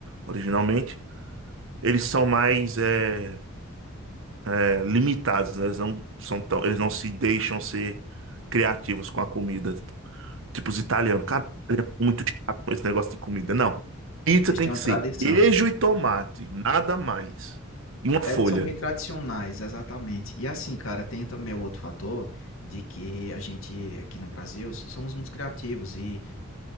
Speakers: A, on the right; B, on the left.
A: originalmente. Eles são mais é, é, limitados, né? Eles não são tão... Eles não se deixam ser criativos com a comida. Tipo os italianos. Cara, é muito chato com esse negócio de comida. Não. Pizza
B: Eles
A: tem
B: têm uma
A: que
B: tradição.
A: ser queijo e tomate, nada mais. E uma
B: Elas
A: folha.
B: são bem tradicionais, exatamente. E assim, cara, tem também o outro fator de que a gente aqui no Brasil somos muito criativos e